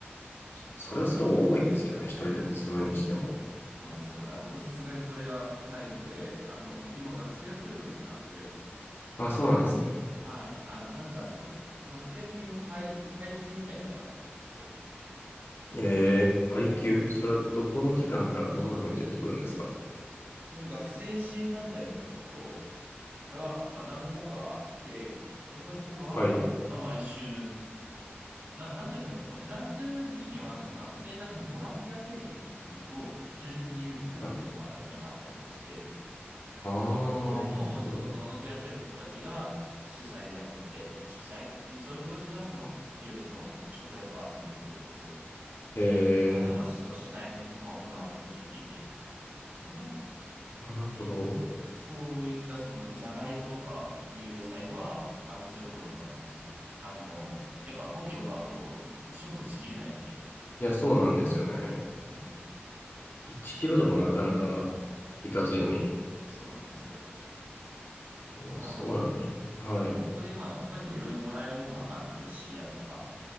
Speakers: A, on the left; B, on the right.
A: それはそれで多いですけどね、一人で住むにしても。
B: そうなんですよ。だから僕さすがにそれはないので、あの、僕今学生やってるので、フランスで。
A: あ、
B: あの、
A: そうなんですね。
B: はい。あの、なんかその、ふ学生向けの配、配給みたいなのがあったりとかして、
A: ええ配給、
B: うん
A: それはどこの期間からどんな風に出てくるんですか
B: そういう学生支援団体みたいなところが、まあ何個かあって、で、そういうところが、
A: はい。
B: まあ毎週、な、なんていうんですかね、そのフランス的には、その学生がそのボランティア経験を積むと、就職に有利になるっていうのがやっぱりあったりとかして、
A: はいああ、
B: でそういうのをその望んでやってる子たちが主催でやってて、
A: なるほど。
B: 主催、うん、そういう子たちがそのいろいろその食材とか集めてくるんですよ。
A: ええ
B: で、あとはまあその主催の、まあ、大人ももちろんいてって感じだと思うんですけども、
A: なるほど。
B: で、そういったそのじゃがいもとかいう野菜は、あのそういうところでもらってますね。あの、やっぱ5キロ買うと処分しきれないので、
A: いや、そうなんですよね。
B: うん、
A: 1キロでもなかなかいかついのに。
B: そうなんですよ。
A: うわ、
B: だからま
A: そうなんですね。はい。
B: あ、だからそこでまあ他にもいろいろもらえるものはあるので、シリアルとか。